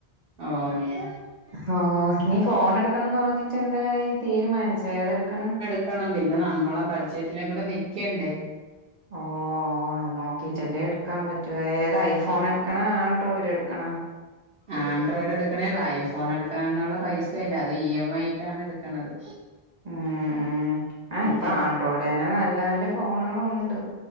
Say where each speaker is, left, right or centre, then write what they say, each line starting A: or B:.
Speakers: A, on the right; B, on the right.
A: ഓ
B: ഓ നീ ഫോൺ എടു ക്കണംന്ന് പറഞ്ഞിട്ട് എന്തരായി തീരുമാനിച്ചോ ഏതെടുക്കണ്
A: ക്കണം പിന്നെ നമ്മളെ ബഡ്ജറ്റിലും കൂടെ നിക്കണ്ടേ
B: ഓഹ് അത് നോക്കിട്ടല്ലേ
A: ഉം
B: എടുക്കാൻ പറ്റ് ഏതാ ഐഫോൺ എടുക്കണ ആൻഡ്രോയിഡ് എടുക്കണ
A: ആൻഡ്രോയിഡ് എടുക്കണേള്ളോ ഐഫോൺ എടുക്കാനന്നുള്ള പൈസ ഇല്ല അത് ഇ എം ഐ ഇട്ടാണ് എടുക്കണത്
B: ഉ ഉം ആഹ്
A: ഉം
B: ഇപ്പൊ
A: എല്ല
B: ആൻഡ്രോയിഡ് തന്നെ നല്ല നല്ല ഫോണുകളും ഉണ്ട്